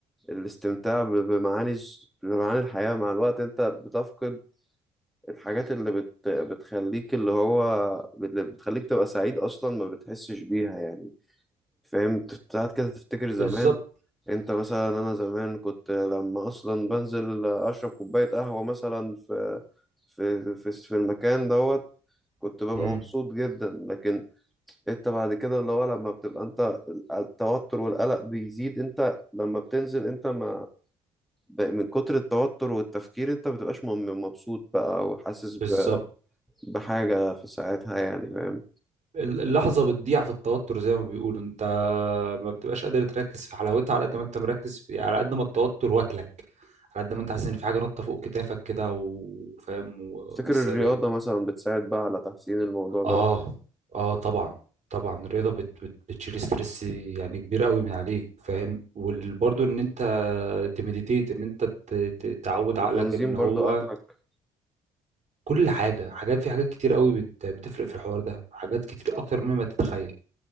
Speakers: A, in the centre; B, on the right.
A: الاستمتاع ب- بمعاني الس- بمعاني الحياة مع الوقت انت بتفقد الحاجات اللي بت... بتخليك اللي هو اللي بتخليك تبقى سعيد اصلا ما بتحسش بيها يعني فاهم تف- ساعات كده تفتكر زمان
B: بالظبط
A: انت مثلا انا زمان كنت لما اصلا بنزل اشرب كوباية قهوة مثلا في في في, في المكان دوت كنت ببقى
B: امم
A: مبسوط جدا لكن انت بعد كده اللي هو لما بتبقى انت التوتر والقلق بيزيد انت لما بتنزل انت ما ب- من كتر التوتر والتفكير انت بتبقاش مم- مبسوط بقى وحاسس
B: بالظبط
A: ب- بحاجة في ساعتها يعني فاهم
B: ال- اللحظه بتضيع في التوتر زي ما بيقولوا انت ما بتبقاش قادر تركز في حلاوتها على قد ما انت مركز في على قد ما التوتر واكلك على قد ما انت حاسس ان في حاجه نطه فوق كتافك كده وفاهم ومش
A: تفتكر
B: سايباك
A: الرياضة مثلا بتساعد بقى على تحسين الموضوع ده
B: اه اه طبعا طبعا الرياضه بت بت بتشيل ستريس يعني كبير قوي من عليك فاهم وبرضه ان انت تمديتيت ان انت ت- ت- تعود عقلك
A: وتنظيم
B: ان
A: برضو
B: هو
A: أكلك
B: كل حاجه حاجات في حاجات كتير قوي بت بتفرق في الحوار ده حاجات كتير اكتر مما تتخيل